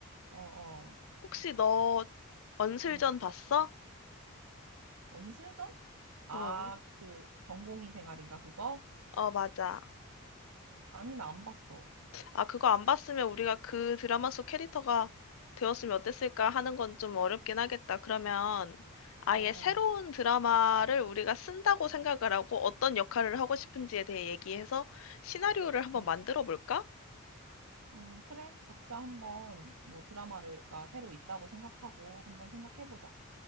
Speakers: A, on the right; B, on the left.
A: 어, 어,
B: 혹시 너 언슬전
A: 응.
B: 봤어?
A: 원술전? 아,
B: 어,
A: 그 전공의 생활인가 그거?
B: 어, 맞아.
A: 아니, 나 안 봤어.
B: 아, 그거 안 봤으면 우리가 그 드라마 속 캐릭터가 되었으면 어땠을까 하는 건 좀 어렵긴 하겠다. 그러면 아예
A: 어, 어,
B: 새로운 드라마를 우리가 쓴다고 생각을 하고 어떤 역할을 하고 싶은지에 대해 얘기해서 시나리오를 한번
A: 응,
B: 만들어 볼까?
A: 응, 그래. 각자 한번 뭐 드라마가 새로 있다고 생각하고 한번 생각해보자.